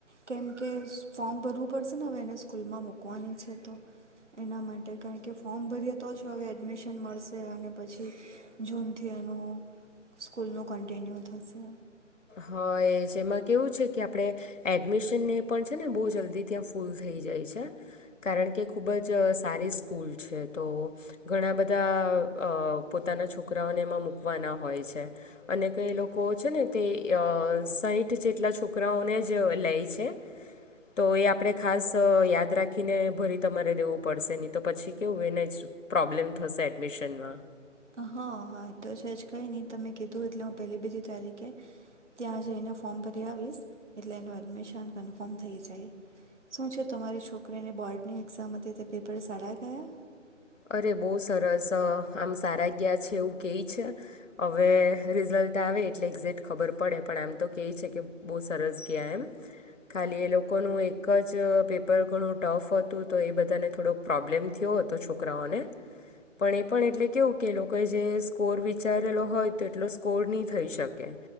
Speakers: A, on the right; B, on the left.
A: કેમકે ફોર્મ ભરવું પડશે ને હવે એને સ્કૂલમાં મૂકવાની છે તો એના માટે કારણ કે ફોર્મ ભરીએ તો જ હવે એડમિશન મળશે અને પછી જૂનથી એનું સ્કૂલનું કન્ટિન્યુ થશે.
B: હા એજ, એમાં કેવું છે કે આપણે એડમિશનને પણ છે ને બહુ જલ્દી ત્યાં ફૂલ થઈ જાય છે, કારણ કે ખૂબ જ સારી સ્કૂલ છે. તો ઘણા બધા પોતાના અ છોકરાઓને એમાં મૂકવાના હોય છે અને કઈ લોકો છે ને તે સાહીઠ જેટલા છોકરાઓને જ લે છે, તો એ આપણે ખાસ યાદ રાખીને ભરી તમારે દેવું પડશે, નહીં તો પછી કેવું એને જ પ્રોબ્લેમ થશે એડમિશનમાં.
A: હા હા એ તો છે જ કંઈ નહીં તમે કીધું એટલે હું પહેલી બીજી તારીખે ત્યાં જઈને ફોર્મ ભરી આવીશ, એટલે એનું એડમિશન કન્ફર્મ થઈ જાય. શું છે તમારી છોકરીને બોર્ડની એક્ઝામ હતી, તે પેપર સારા ગયા?
B: અરે બહુ સરસ આમ સારા ગયા છે, એવું કે છે. હવે રિઝલ્ટ આવે એટલે એક્ઝેક્ટ ખબર પડે પણ આમ તો કહે છે કે બહુ સરસ ગયા એમ. ખાલી એ લોકોનું એક જ પેપર ઘણું ટફ હતું તો એ બધાને થોડોક પ્રોબ્લેમ થયો હતો છોક રાઓને પણ એ પણ એટલે કેવું કે લોકોએ જે સ્કોર વિચારેલો હોય તો એટલો સ્કોર નહી થઈ શકે.